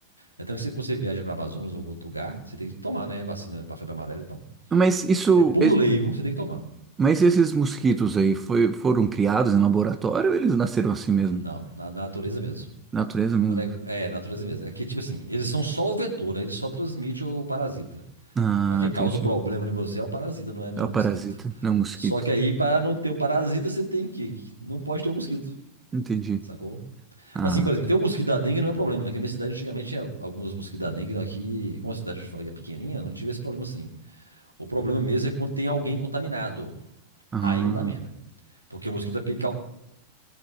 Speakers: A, on the right (about 85°); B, on the right (about 20°).
A: É tanto que você, quando você viaja para Amazonas ou outro lugar, você tem que tomar, né? Vacina para febre amarela e tal.
B: Mas isso,
A: É por lei, viu? Você tem que tomar.
B: mas esses mosquitos aí foi, foram criados em laboratório ou eles nasceram assim mesmo?
A: Não, na na natureza mesmo.
B: Natureza mesmo.
A: O nego- É, natureza mesmo. É que, tipo assim, eles são só o vetor, né? Eles só transmitem o parasita.
B: Ah,
A: Mas quem
B: entendi.
A: causa o problema em você é o parasita, não é nem
B: É o
A: o
B: parasita,
A: mosquito.
B: não é o mosquito.
A: Só que aí, para não ter o parasita, você tem que. Não pode ter o mosquito,
B: Entendi.
A: sacou?
B: Ah,
A: Assim, por exemplo, ter o mosquito da dengue não é problema. né? que Na minha cidade, antigamente, tinha alguns mosquitos da dengue. Aqui, como a cidade eu falei que é pequenininha, não tive esse problema assim. O problema mesmo é quando tem alguém contaminado.
B: ah.
A: Aí dá merda. Porque o mosquito vai picar,